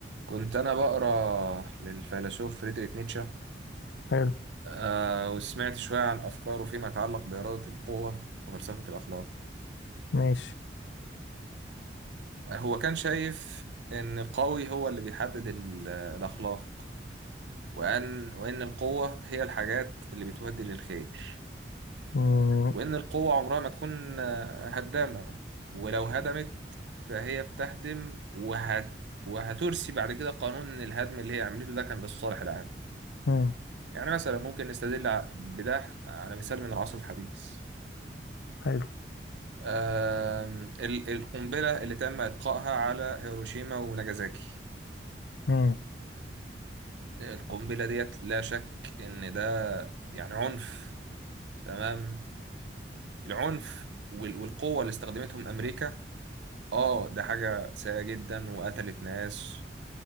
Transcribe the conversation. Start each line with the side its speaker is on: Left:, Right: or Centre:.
Right: كنت أنا بقرأ للفيلسوف فريدريك نيتشه
Left: حلو
Right: آه وسمعت شوية عن أفكاره فيما يتعلق بإرادة القوة وفلسفة الأخلاق
Left: ماشي
Right: هو كان شايف إن القوي هو اللي بيحدد ال- الأخلاق وأن وإن القوة هي الحاجات اللي بتودي للخير
Left: مم،
Right: وإن القوة عمرها ما تكون آه، هدامة ولو هدمت فهي بتهدم وهت وهترسي بعد كده قانون إن الهدم اللي هي عملته ده كان للصالح العام
Left: مم،
Right: يعني مثلا ممكن نستدل ع- بده على مثال من العصر الحديث
Left: حلو
Right: آم، ال- القنبلة اللي تم إلقائها على هيروشيما وناجازاكي
Left: مم،
Right: القنبلة ديت لا شك إن ده يعني عنف تمام العنف وال- والقوة اللي استخدمتهم أمريكا آه ده حاجة سيئة جدا وقتلت ناس